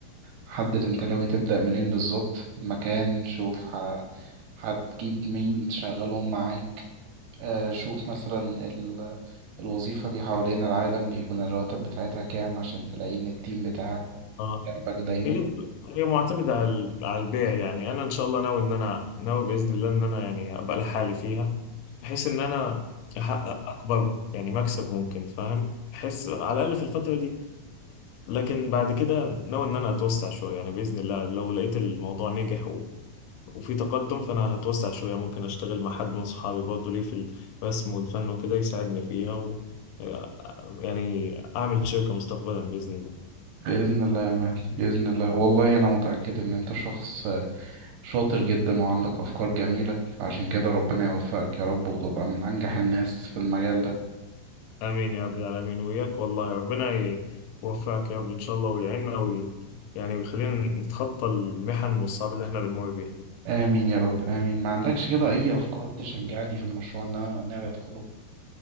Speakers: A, on the right (about 75°); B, on the left (about 80°).
A: حدد أنت ناوي تبدأ منين بالظبط مكان شوف ه... هتجيب مين تشغلهم معاك آه، شوف مثلا ال- الوظيفة دي حوالين العالم بيكون الرواتب بتاعتها كام عشان تلاقي إن التيم بتاعك
B: اه
A: جنبك دايما
B: هي هي معتمدة على ال- على البيع يعني أنا إن شاء الله ناوي إن أنا ناوي بإذن الله إن أنا يعني أبقى لحالي فيها بحيث إن أنا أحقق أكبر يعني مكسب ممكن فاهم بحيث على الأقل في الفترة دي لكن بعد كده ناوي إن أنا أتوسع شوية يعني بإذن الله لو لقيت الموضوع نجح وفي تقدم فانا هتوسع شويه ممكن اشتغل مع حد من صحابي برضه ليه في الرسم والفن وكده يساعدني فيها و آه، يعني اعمل شركه مستقبلا باذن الله
A: بإذن الله يا مهدي بإذن الله والله أنا متأكد إن أنت شخص آه، شاطر جدا وعندك أفكار جميلة فعشان كده ربنا يوفقك يا رب وتبقى من أنجح الناس في المجال ده
B: امين يا رب العالمين وياك والله ربنا ي- يوفقك يا رب ان شاء الله ويعيننا وي يعني ويخلينا نتخطى المحن والصعاب اللي احنا بنمر بيها دي
A: آمين يا رب آمين ما عندكش كده أي أفكار تشجعني في المشروع اللي أنا ناوي أدخله؟